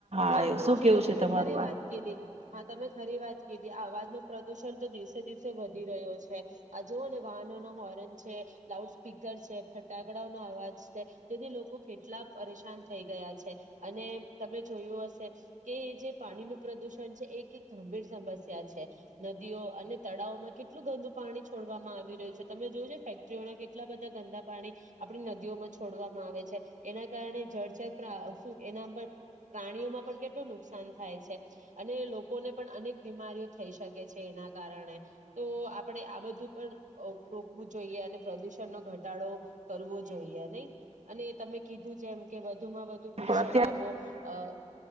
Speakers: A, on the right; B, on the right.
A: હા
B: આવ્યો
A: કવ
B: શું કેવું
A: છું કે તમે
B: છે તમારું
A: ખરી વાત
B: આ
A: કીધી હા તમે ખરી વાત કી કે આવાજ નો પ્રદુષણ તો દિવસે દિવસે વધી રહ્યો છે, આ જુઓ ને વાહનો નો હોરન, છે લાઉડ સ્પીકર છે, ફટાકડાઓ નો અવાજ છે, તેથી લોકો કેટલા પરેશાન થઈ ગયા છે, અને તમે જોયું હશે કે એ જે પાણી નું પ્રદુષણ છે એ એક ગંભીર સમસ્યા છે. નદીઓ, અને તળાવોમાં કેટલું ગંદુ પાણી છોડવામાં આવી રહ્યું છે તમે જોજો ફેક્ટરીઓના કેટલા બધા ગંદા પાણી આપણી નદીઓમાં છોડવામાં આવે છે. એના કારણે જળજતરા સુ એના પ પ્રાણીઓમાં પણ કેટલું નુકસાન થાય છે અને લોકોને પણ અનેક બીમારીઓ થઈ શકે છે એના કારણે. તો આપણેે આ બધું પણ અ રોકવું જોઈએ અને પ્રદુષણ નો ઘટાડો કરવો જોઈએ. નહી અને તમે કીધું છે એમ કે વધુમાં વધુ વૃક્ષો
B: પણ અત્યારે
A: વાવો અ